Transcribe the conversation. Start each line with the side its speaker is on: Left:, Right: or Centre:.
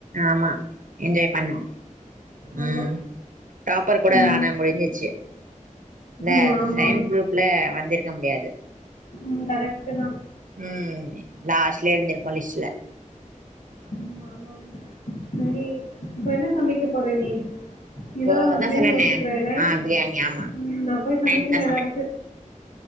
Right: ஆமா என்ஜாய் பண்ணோ
Left: ஆமா
Right: ம் டாப்பர் கூட
Left: ம்
Right: ஆன முடிஞ்சிச்சு இந்த
Left: ம் ஆமா
Right: சயின்ஸ் குரூப்ல வந்திருக்க முடியாது
Left: உம் கரெக்ட் தான்
Right: ம் லாஸ்ட்ல எழுந்திருப்போம் லிஸ்ட்ல
Left: ம் ஆமா சரி இப்ப என்ன சமைக்க போற நீ
Right: இப்போ
Left: இதா
Right: அதா
Left: பிரியாணி
Right: சொன்னனே
Left: வச்சுக்கிறேலே
Right: ஆ பிரியாணி ஆமா
Left: ம் நா போய் சமைக்கணு
Right: நைட் தா
Left: ஏதாச்சு